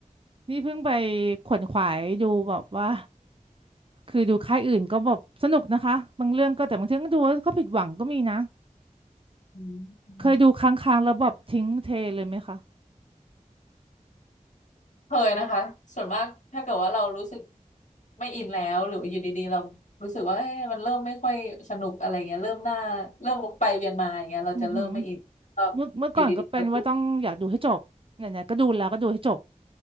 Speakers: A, on the right (about 40°); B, on the left (about 65°).
A: นี่เพิ่งไปขวนขวายดูแบบว่าคือดูค่ายอื่นก็แบบสนุกนะคะบางเรื่องก็แต่บางเรื่องก็ดูแล้วก็ผิดหวังก็มีนะ
B: อืม
A: เคยดูค้างๆแล้วแบบทิ้งเทเลยไหมคะ
B: เคยนะคะส่วนมากถ้าเกิดว่าเรารู้สึกไม่อินแล้วหรืออยู่ดีๆเรารู้สึกว่าเอ๊ะมันเริ่มไม่ค่อยสนุกอะไรเงี้ยเริ่มหน้าเริ่มวกไปเวียนมาอย่างเงี้ยเราจะเริ่มไม่อินก็
A: อือหือเมื่อเมื่อก่อนก็เป็นว่าต้องอยากดูให้จบไหนๆก็ดูแล้วก็ดูให้จบ
B: อยู่ดีๆเราก็